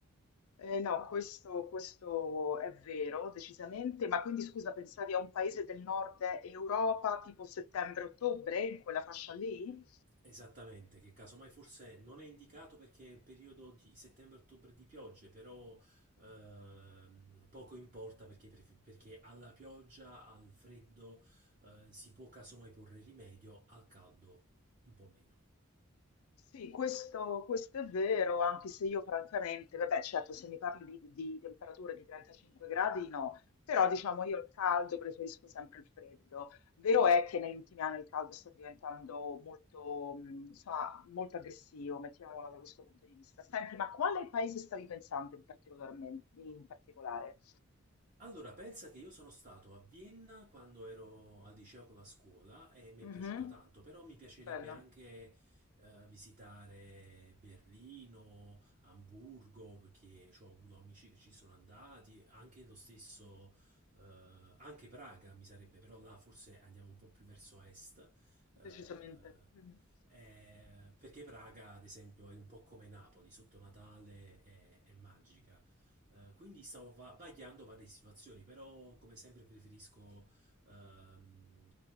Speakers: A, on the left; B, on the right.
A: Eh, no, questo, questo è vero, decisamente. Ma quindi scusa, pensavi a un paese del nord Europa tipo settembre-ottobre, in quella fascia lì?
B: Esattamente, che casomai forse non è indicato perché è un periodo di settembre-ottobre di piogge, però ehm, poco importa perché, perché alla pioggia, al freddo eh, si può casomai porre rimedio, al caldo un po' meno.
A: Sì, questo, questo è vero, anche se io francamente, vabbè, certo, se mi parli di, di temperature di 35 gradi, no, però diciamo io il caldo preferisco sempre il freddo. Vero è che negli ultimi anni il caldo sta diventando molto, mh, insomma, molto aggressivo, mettiamolo da questo punto di vista. Senti, ma quale paese stavi pensando in particolarmente, in particolare?
B: Allora, pensa che io sono stato a Vienna quando ero al liceo con la scuola e mi
A: Mhm,
B: è piaciuta tanto, però mi piacerebbe
A: Bello,
B: anche eh, visitare Berlino, Amburgo, perché ci ho avuto amici che ci sono andati, anche lo stesso, eh, anche Praga mi sarebbe, però là forse andiamo un po' più verso est, eh,
A: decisamente. Mhm.
B: eh, perché Praga, ad esempio, è un po' come Napoli, sotto Natale è è magica. Eh, quindi stavo va- vagliando varie situazioni, però come sempre preferisco ehm,